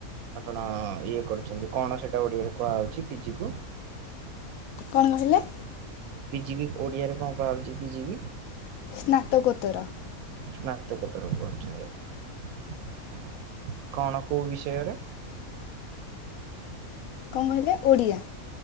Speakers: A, on the right (about 75°); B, on the left (about 75°).
A: ଆପଣ ଇଏ କରୁ ଚନ୍ତି କଣ ସେଇଟା ଓଡିଆରେ କୁହାଉଛିି ପି ଜି କୁ?
B: କଣ କହିଲେ?
A: ପି ଜି କି ଓଡିଆରେ କଣ କୁହା ହଉଛି ପି ଜି କି?
B: ସ୍ନାତକୋତ୍ତର।
A: ସ୍ନାତକୋତ୍ତର କରୁଛନ୍ତି ଆପଣ। କଣ କୋଉ ବିଷୟରେ?
B: କଣ କହିଲେ? ଓଡ଼ିଆ।